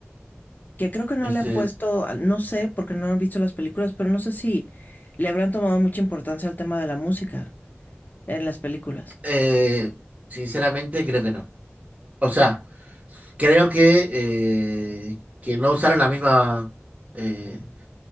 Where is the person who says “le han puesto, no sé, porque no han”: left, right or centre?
Left